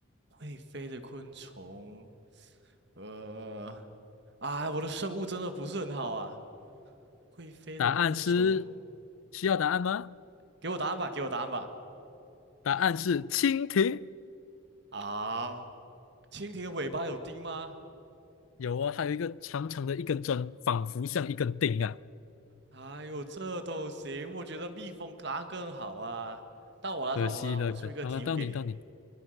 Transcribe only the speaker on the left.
答案是需要答案吗？
答案是蜻蜓。
有啊，它有一个长长的一根针，仿佛像一根钉啊。
可惜了，
可好了，到你到你，